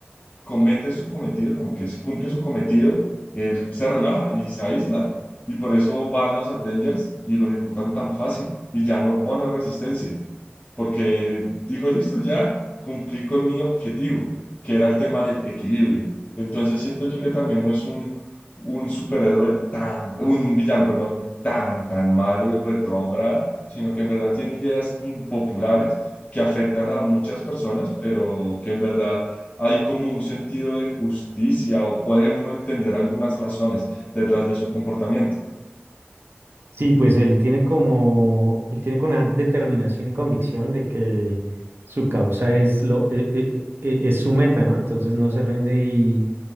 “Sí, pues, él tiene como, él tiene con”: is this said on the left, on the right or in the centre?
Right